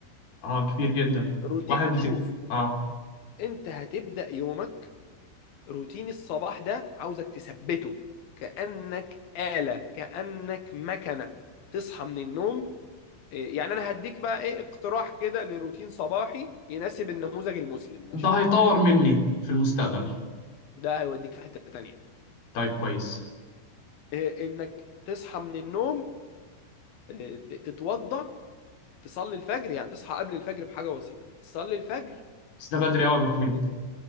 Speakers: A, on the left; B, on the left.
A: اه كبير جدا
B: الروتين
A: واحد بتج...
B: شوف
A: اه
B: انت هتبدأ يومك روتين الصباح ده عاوزك تثبته كأنك آلة كأنك مكنة تصحى من النوم إيه، يعني انا هديك بقى ايه اقتراح كده لروتين صباحي يناسب النموذج المسلم ماشي
A: ده هيطور مني في المستقبل
B: ده هيوديك في حتة تانية
A: طيب كويس
B: إيه، انك تصحى من النوم إيه، ت- تتوضى تصلي الفجر يعني تصحى قبل الفجر بحاجة بسيطة تصلي الفجر
A: بس ده بدري قوي يا ابو حميد
B: و-